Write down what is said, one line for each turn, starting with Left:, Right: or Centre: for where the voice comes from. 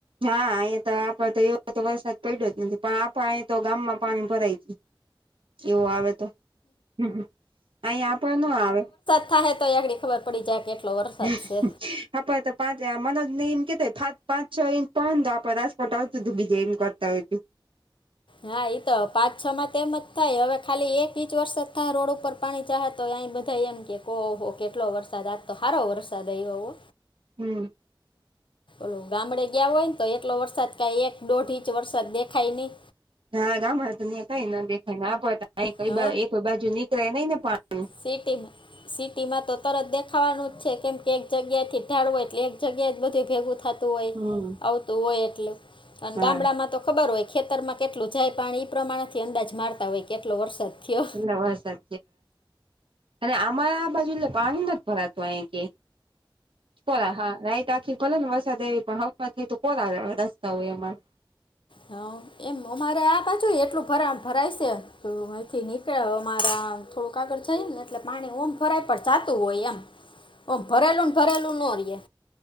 Right: હા અહીયા તો આપડ તો એવો તો વરસાદ પડ્યો જ નથી પણ આપે તો ગામ માં પાણી ભરાય છે. એવું આવે તો હમ હમ અહીયા આપણે ન આવે
Left: થાયતો આગડી ખબર પડી જાય કે એટલો વરસાદ
Right: હમ
Left: છે
Right: આપડણે તો પાંચ મનોજ ને એમ કેતાય પાંચ પાંચ છ ઇંચ પ આપડ રાજકોટ આવતું હતું બીજે એમ કર હો
Left: હા એ તો પાંચ છમા તેમ જ થાય, હવે ખાલી એક ઇંચ વરસાદ થાય રોડ ઉપર પાણી જાહે તો અ બધા એમ કે કો કેટલો વરસાદ આજ તો સારો વરસાદ આવ આવો
Right: હમ્મ
Left: ઓલો ગામડે ગયા હોય ને તો એટલો વરસાદ કાઈ એક દોઢ ઇંચ ચ વરસાદ દેખાઈ ની
Right: હા ગામ તં કઈ ન દેખા ના પડતા ક કોઈ
Left: હ
Right: બાજુ નીકળ નહી ને પાણી
Left: સીટીબ સિટીમાં તો તરત દેખાવાનું જ છે કેમ કે એક જગ્યા થી ઢાળવો એટલે એક જગ્યા જ બધું ભેગુ થાતું હોય
Right: હમ.
Left: આવુતો હોય એટલે અને
Right: હા
Left: ગામડામાં તો ખબર હોય ખેતરમાં કેટલું જાય પાણી એ પ્રમાણથી અંદાજ માર તાવો કેટલો વરસાદ થીયો.
Right: નવાસર અને આમાં બાજુ પાણીમાં ભરાતું અ કે કોરા હા લાઈટ આખી ભલે ને વરસાદ આવી પણ હમાં થઈ તો કોરા રસ્તા હોય એમા
Left: હ એમ અમારે આ પાછું એટલું ભરાય છે તેમાંથી ની ળ અમારા થોડુંક આાગળ જઈ ને એટલે પાણી ઓમ ભરાય પર જાતું હોય એમ
Right: <unintelligible>
Left: ઓ ભરેલું ને ભરેલું નોરીએ